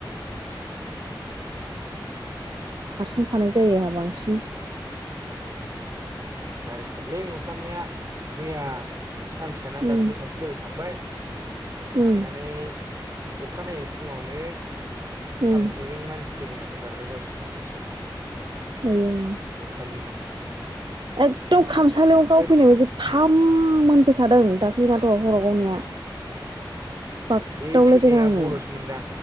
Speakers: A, on the right; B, on the right.
A: हारसिं थानाय जायो
B: उम
A: आहा बांसिन।
B: गारजि थारलै मोफ्लामनाया मैया। सानसि थानानै
A: उम
B: दाख्लै सासे लोगो थांबाय। थांनानै।
A: उम
B: अखानायै फुङावनो। सारन्थाइजों
A: उम
B: मानसि। सिरिनाया खोन्थाहरबाय गावसिनि न खाथियाव।
A: आयौ
B: नेफालिमोन।
A: एकदम खामसालियाव गावफैनाय
B: ओइद
A: बायदि थाम मोनफैखादों दाग। <unintelligible> थ' हराव गावनाया।
B: उम
A: बागदावलायदों
B: ओइ थैनाया
A: आङो।
B: बर'सोमोनदां।